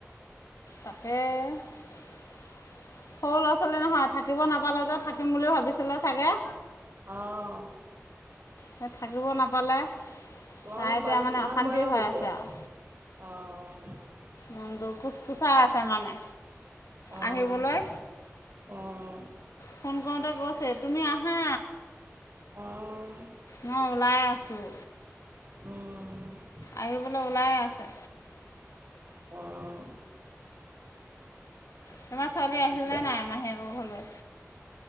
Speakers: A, on the left; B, on the right.
A: তাকে সৰু ল'ৰা ছোৱালী নহয় থাকে। থাকিব নাপালে যে থাকিম বুলি ভাবিছিলে চাগে।
B: অহ'
A: হে থাকিব নাপালে।
B: তোমালোকৰ
A: তাই এতিয়া
B: ছোৱালীজনী
A: মানে
B: কিমান
A: অশান্তি
B: বয়স
A: হৈ
B: হৈছে
A: আছে
B: অ'।
A: আৰু মনটো কোচ কোচাই আছে মানে
B: অ',
A: আহিবলৈ।
B: অ',
A: ফোন কৰোতে কৈছে তুমি আহা।
B: অ',
A: মই ওলাই আছোঁ।
B: উম।
A: আহিবলৈ ওলাই আছে।
B: অ'।
A: তোমাৰ ছোৱালী আহিল
B: বে
A: নে নাই মাজীয়েকৰ ঘৰলৈ?